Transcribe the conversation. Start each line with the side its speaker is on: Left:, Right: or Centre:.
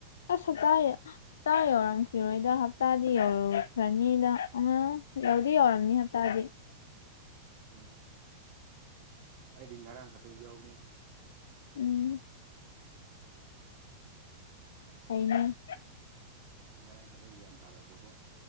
Left: ꯑꯁ ꯍꯞꯇꯌꯦ ꯍꯞꯇꯥ ꯌꯧꯔꯝꯈꯤꯔꯣꯏꯗ ꯍꯞꯇꯥꯗꯤ ꯌꯧꯈ꯭ꯔꯅꯤꯗ ꯑꯃ ꯌꯧꯗꯤ ꯌꯧꯔꯝꯅꯤ ꯍꯞꯇꯗꯤ
Right: ꯑꯣ ꯑꯩꯗꯤ ꯉꯔꯥꯡ ꯈꯛꯇꯪ ꯌꯥꯎꯅꯤ
Left: ꯎꯝ ꯐꯩꯅꯦ
Right: ꯑꯩ ꯉꯔꯥꯡ ꯈꯛꯇ ꯒꯤꯌ꯭ꯟ ꯇꯥꯔꯛꯄꯀꯣ